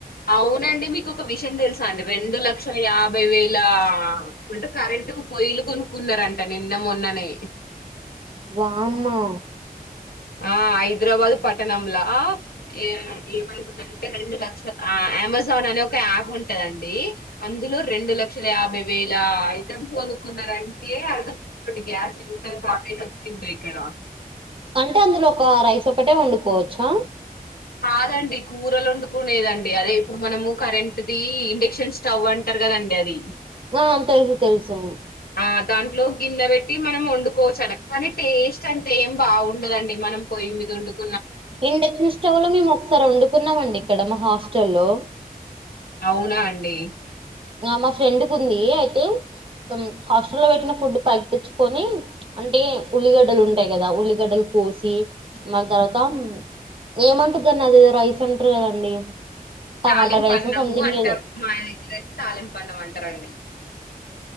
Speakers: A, on the left; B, on the right.
A: అవునండి మీకు ఒక విషయం తెలుసా అండి రెండు లక్ష యాభై వేల అంట కరెంటు పొయ్యలు కొనుక్కున్నారంట నిన్న మొన్ననే
B: వామ్మో
A: ఆ హైదరాబాద్ పట్టణంలా ఏ ఏమైతుందంటే రెండు లక్షల ఆ అమెజాన్ అని ఒక యాప్ ఉంటదండి అందులో రెండు లక్ష లక్షల యాభై వేల ఐటమ్స్ కొనుక్కున్నరండి ఏ అర్ధం చేసుకోండి గ్యాస్ ఎంత షార్టేజ్ వచ్చిందో ఇక్కడ
B: అంటే అందులో ఒక రైస్ ఒకటే వండుకోవచ్చా
A: అదండి కూరలు వండుకునేదండి అదే ఇప్పుడు మనము కరెంట్ దీ ఇండక్షన్ స్టవ్ అంటారు కదండి అది
B: ఆ తెలుసు తెలుసు మ్
A: ఆ దాంట్లో గిన్నె పెట్టి మనం వండుకోవచ్చు అట కానీ టేస్ట్ అంత ఏం బావుండదండి మనం పోయి దీని మీద పండు
B: ఇండక్షన్ స్టవ్ లో మేము ఒకసారి వండుకున్నాము అండి ఇక్కడ మా హాస్టల్లో
A: అవునా అండి
B: ఆ మా ఫ్రెండ్ కు ఉంది అయితే ఇక హాస్టల్ లో పెట్టిన ఫుడ్ పైకి తెచ్చుకొని అంటే ఉల్లిగడ్డలు ఉంటాయి కదా ఉల్లిగడ్డలు పోసి మళ్ళ తర్వాత ఏమంటదండి అది ఏదొ రైస్ అంటారు కదండి టమాటా
A: తాలింపు
B: రైస్
A: అన్నము
B: సంథింగ్
A: అంటారు
B: ఏదో
A: మా దగ్గర అయితే తాలింపు అన్నం అంటారండి